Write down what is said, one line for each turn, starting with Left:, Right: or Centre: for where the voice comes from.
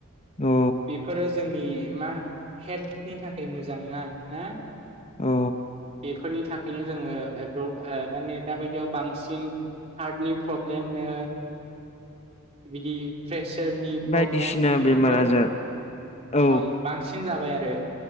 Left: औ
Right: बेफोरो जोंनि मा हेल्थ नि थाखाय मोजां ना ना
Left: औ
Right: एफोरनि थाखायनो जोङो माने दाबायदियाव बांसिन हार्टनि प्रब्लेमनो बिदि प्रेसारनि प्रब्लेम
Left: बायदिसिना
Right: बिदिफोरखौ
Left: बेमार आजार औ
Right: ओं बांसिन जा बाय आरो